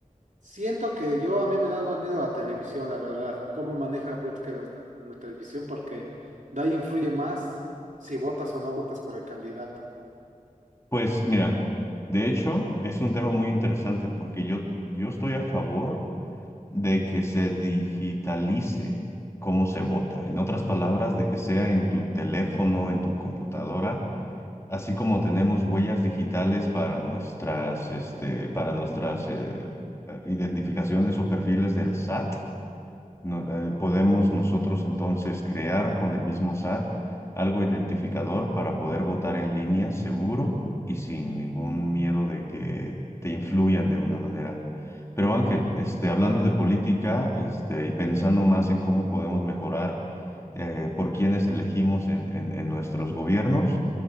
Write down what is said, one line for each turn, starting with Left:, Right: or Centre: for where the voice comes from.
Right: Siento que yo a mí me da más miedo la televisión, la verdad, cómo maneja la política la, la televisión, porque de ahí influye más si votas o no votas por el candidato.
Left: Pues mira, de hecho es un tema muy interesante porque yo, yo estoy a favor de que se digitalice cómo se vota. En otras palabras, de que sea en tu teléfono, en tu computadora Así como tenemos huellas digitales para nuestras, este, para nuestras eh, eh, identificaciones o perfiles del SAT, no- eh, podemos nosotros entonces crear con el mismo SAT algo identificador para poder votar en línea seguro y sin ningún miedo de que te influyan de una manera. Pero Ángel, este, hablando de política, este, y pensando más en cómo podemos mejorar eh, por quienes elegimos en en- en nuestros gobiernos,